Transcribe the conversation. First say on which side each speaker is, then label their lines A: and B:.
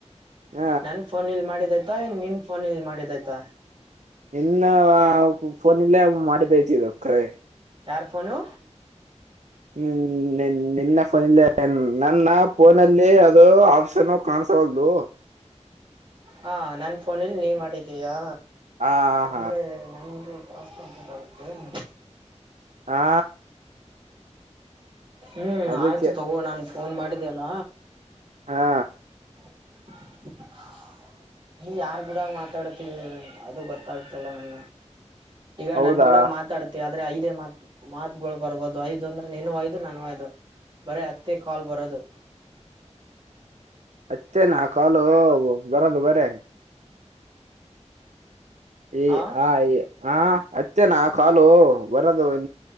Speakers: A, on the right (about 75°); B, on the right (about 40°).
A: ಹ
B: ನನ್ ಫೋನ್ ಇಲ್ ಮಾಡಿದ ನಿನ್ ಫೋನ್ ಇಲ್ ಮಾಡಿದ್ಯ್ತಾ
A: ಇನ್ನ ಫೋನಲ್ಲೇ ಮಾಡಿದ್ದಐತಿ ಇದು ಕರೆ
B: ಯಾರಫೋನು
A: ಹ್ಮ್ ನಿನ್ ನಿನ್ನ ಫೋನ ನನ್ನ ಫೋನಲ್ಲಿ ಅದು ಆಪ್ಷನ್ ಕಾಣಸವಲ್ದು
B: ಹಾ ನನ್ ಫೋನಲ್ಲಿ ನೀವ ಮಾಡಿದ್ದೀಯಾ
A: ಹಾ
B: ಅಂದ್ರೆ
A: ಹಾ
B: ನಮಗೂ ಟಾಸ್ಕ್ ಕಂಪ್ಲೀಟ್ತಾಗುತ್ತೆ ಏನು
A: ಹಾ
B: ಹ್ಮ್
A: ಅದಕ್ಕೆ
B: ಆಯ್ತು ತಗೋ ನನ್ ಫೋನ್ ಮಾಡಿದ್ದ ಅಲ್ಲ
A: ಹಾ
B: <unintelligible> ನೀ ಯಾರ್ ಗೂಡಾಗ ಮಾತಾಡತಿೀ ಅದು ಗೊತ್ತಾಗತ್ತಲ್ಲ ನನ್ಗೆ ಈಗ
A: ಹೌದಾ
B: ನನ್ ಗೂಡ ಮಾತಾಡ್ತೆ ಅಂದ್ರೆ ಐದೇ ಮಾತ್ ಮಾತ್ಗಳು ಬರ್ಬೋದು ಐದು ಅಂದ್ರೆ ನೀನು ಯದು ನಾನುಯದು ಬರೇ ಅತ್ತೇ ಕಾಲ್ ಬರೋದು
A: ಅತ್ತೇನಾ ಕಾಲು ಬರದು ಬರೇ ಈ
B: ಆ
A: ಹ ಈ ಹಾ ಅತ್ತೆನಾ ಕಾಲು ಬರದು